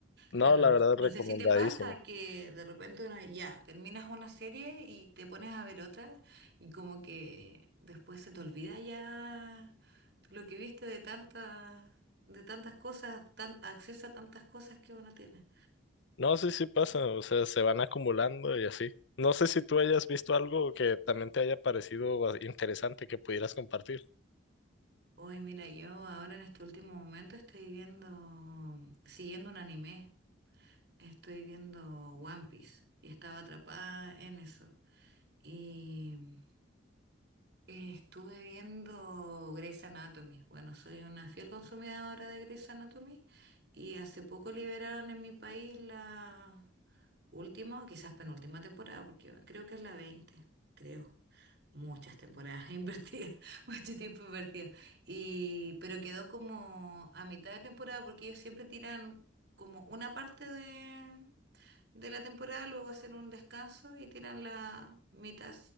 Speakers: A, on the left; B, on the right.
A: No,
B: claro,
A: la
B: no,
A: verdad,
B: no
A: recomendadísima.
B: sé si te pasa que de repente uno ya terminas una serie y te pones a ver otra y como que después se te olvida ya lo que viste de tantas, de tantas cosas, tan, acceso a tantas cosas que uno tiene.
A: No, sí, sí pasa, o sea, se van acumulando y así. No sé si tú hayas visto algo que también te haya parecido ba- interesante que pudieras compartir.
B: Uy, mira, yo ahora en este último momento estoy viendo, siguiendo un anime, estoy viendo One Piece y estaba atrapada en eso. Y eh, estuve viendo Grey's Anatomy. Bueno, soy una fiel consumidora de Grey's Anatomy y hace poco liberaron en mi país la última o quizás penúltima temporada, porque creo que es la veinte creo muchas temporadas <laughs> invertidas, mucho tiempo invertido. Y, pero quedó como a mitad de temporada porque ellos siempre tiran como una parte de, de la temporada, luego hacen un descanso y tiran la mitad